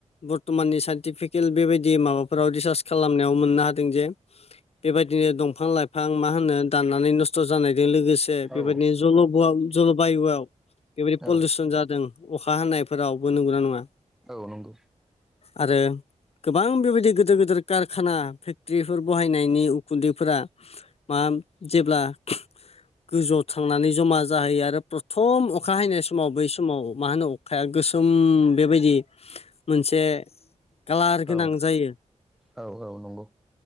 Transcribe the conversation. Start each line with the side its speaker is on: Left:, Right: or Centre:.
Left: बर्थ'माननि साइन्टिफिकेल बेबायदि माबाफोराव रिसार्च खालामनायाव मोननो हादों जे बेबायदिनो दंफां लाइफां मा होनो दाननानै नस्थ' जानायजों लोगोसे बेबायदिनो
Centre: औ
Left: जल बायुआव बेबायदि
Centre: औ
Left: पलिउसन जादों अखा हानाय फोरावबो नंगौना नंङा
Centre: औ नंगौ
Left: आरो गोबां बेबायदि गिदिर गिदिर कारखाना फेक्ट्रिफोर बहायनायनि उखुन्दैफोरा मा जेब्ला गोजौआव थांनानै जमा जा जाहैयो आरो प्रथम अखा हैनाय समाव बै समाव मा होनो अखाया गोसोम बेबायदि मोनसे कालार गोनां
Centre: औ
Left: जायो
Centre: औ औ नंगौ